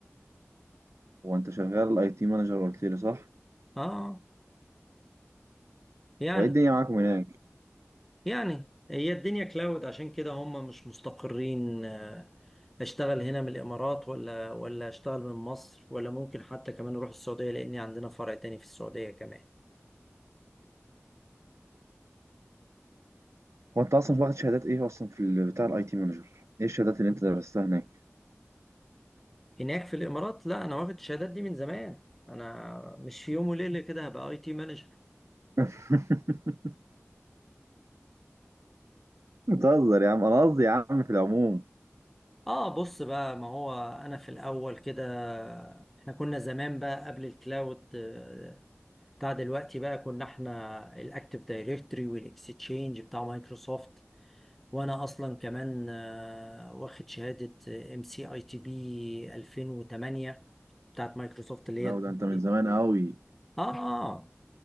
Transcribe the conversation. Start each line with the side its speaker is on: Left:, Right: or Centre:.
Right: هو انت شغال اي تي مانجر قلت لي صح
Centre: اه يعني
Right: وايه الدنيا معاكم هناك
Centre: يعني هي الدنيا كلاود عشان كده هم مش مستقرين آه، اشتغل هنا من الامارات ولا ولا اشتغل من مصر ولا ممكن حتى كمان اروح السعودية لان عندنا فرع تاني في السعودية كمان
Right: هو انت اصلا واخد شهادات ايه اصلا في ال- بتاع الاي تي مانجر ايه الشهادات اللي انت درستها هناك
Centre: هناك في الامارات لا انا واخد الشهادات دي من زمان انا مش في يوم وليلة كده هبقى اي تي مانجر
Right: <laughs> بتهزر يا عم انا قصدي يا عم في العموم
Centre: اه بص بقى ما هو انا في الاول كده احنا كنا زمان بقى قبل الكلاود آه، بتاع دلوقتي بقى كنا احنا الاكتف دايركتوري والاكستشينج بتاع مايكروسوفت وانا اصلا كمان آه، واخد شهادة ام سي اي تي بي 2008 بتاعت مايكروسوفت اللي
Right: لو
Centre: هي
Right: ده انت من زمان
Centre: <laughs>
Right: قوي
Centre: اه اه آه،